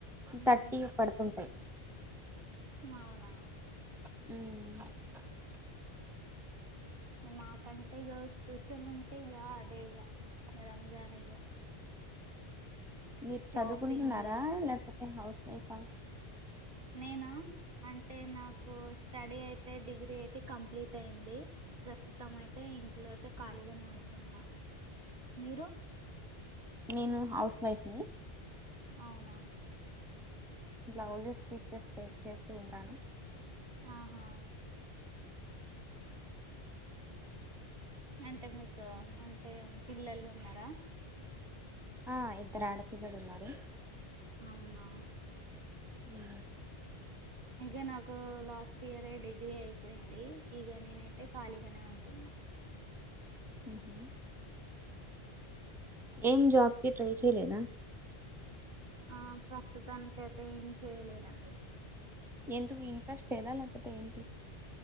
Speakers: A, on the right; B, in the centre.
A: ఉహు
B: థర్టీ పడుతుంటయి.
A: మౌనా
B: మ్
A: మా కంటే గర్ల్స్ స్పెషల్ ఉంటే ఇగ అదే ఇగ రంజానే ఇగ
B: మీర్
A: షాపింగ్
B: చదువుకుంటున్నారా, లేకపోతే హౌస్ వైఫా?
A: నేనా అంటే నాకు స్టడీ అయితే డిగ్రీ అయితే కంప్లీట్ అయింది. ప్రస్తుతం అయితే ఇంట్లో అయితే ఖాళీగనే ఉంటున్న, మీరు?
B: నేను హౌస్ వైఫ్ని.
A: అవునా
B: బ్లౌజెస్ స్టిచెస్టే చేస్తూ ఉంటాను.
A: ఆహా! అంటే మీకు అంటే పిల్లలున్నరా?
B: ఆ ఇద్దర్ ఆడపిల్లలున్నారు.
A: అవునా
B: ఆ
A: ఇక నాకు లాస్ట్ ఇయర్ డిగ్రీ అయిపోయింది ఇక నేనైతే ఖాళీగానే ఉంటున్నా
B: ఉహు ఏం జాబ్కి ట్రై చేయలేద
A: ఆ ప్రస్తుతానినిక అయితే ఏం చేయలేదండి
B: ఎందుకు ఇంట్రెస్ట్ లేదా లేకపోతే ఏంటి